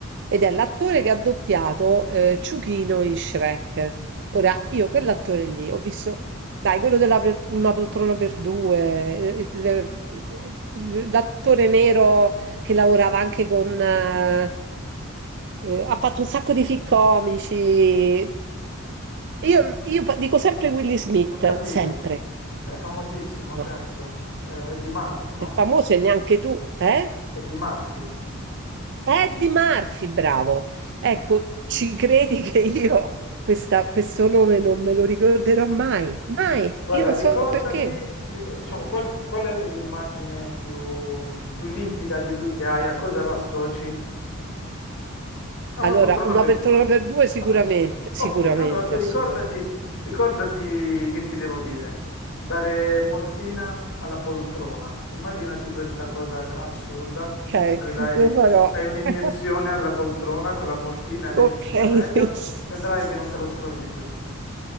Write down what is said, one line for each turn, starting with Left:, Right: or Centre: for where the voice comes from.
Right: Ed è l'attore che ha doppiato eh, Ciuchino in Shrek. Ora, io
Left: Mhm.
Right: quell'attore lì ho visto, dai, quello della pol- Una poltrona per due, eh, il- il- l'attore nero che lavorava anche con... eh, eh, ha fatto un sacco di film comici. Io, io pa- dico sempre Willy Smith,
Left: Ho capito.
Right: sempre.
Left: Beh, famosissimo,
Right: Ma
Left: certo. Eh, È di Murphy, no?
Right: è famoso e neanche tu, eh?
Left: È di Murphy.
Right: Eddie Murphy, bravo.
Left: <laughs>
Right: Ecco, ci credi che io questa- questo nome non me lo ricorderò mai? Mai.
Left: Guarda,
Right: Io non
Left: ricordati,
Right: so perché.
Left: ric- diciamo, qual, qual è l'immagine più, più limpida di lui che hai? A cosa lo associ? A una
Right: Allora,
Left: poltrona
Right: una
Left: per
Right: persona
Left: due.
Right: per due sicuramente,
Left: Vabbè,
Right: sicuramente,
Left: ok, allora tu ricordati,
Right: assolutamente.
Left: ricordati che ti devo dire, dare morfina alla poltrona. Immaginati questa cosa assurda,
Right: Ok,
Left: mentre dai,
Right: lo farò.
Left: ti fai un'iniezione
Right: <laughs>
Left: alla poltrona con la morfina e lei
Right: Okay.
Left: si sente meglio,
Right: <laughs>
Left: vedrai che non te lo scordi più.